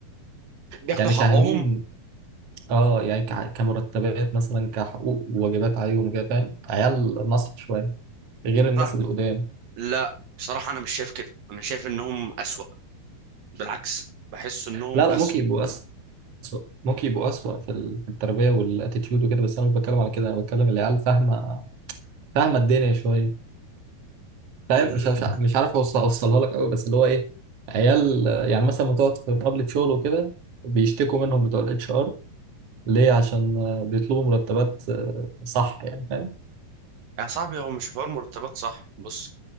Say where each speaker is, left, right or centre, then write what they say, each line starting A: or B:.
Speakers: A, on the right; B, on the right.
A: بياخدوا
B: يعني
A: حقهم
B: فاهمين اه يعني ك... كمرتبات مثلا كحقوق وواجبات عليهم كده فاهم عيال نصح شوية غير الناس
A: صاحبي
B: اللي قدام
A: لا بصراحة انا مش شايف كده انا شايف انهم اسوأ بالعكس بحس انهم
B: لا
A: اسوأ
B: لا ممكن يبقوا أسوأ ممكن يبقوا أسوأ في ال- في التربية والاتيتيود وكده بس أنا مش بتكلم على كده أنا بتكلم العيال فاهمة فاهمة الدنيا شوية فاهم
A: ال...
B: مش مش مش عارف أوصل- أوصلها لك قوي بس اللي هو إيه عيال آه، يعني مثلا بتقعد في مقابلة شغل وكده بيشتكوا منهم بتوع الاتش ار ليه عشان آه، بيطلبوا مرتبات آه، صح يعني فاهم
A: يا صاحبي هو مش حوار مرتبات صح بص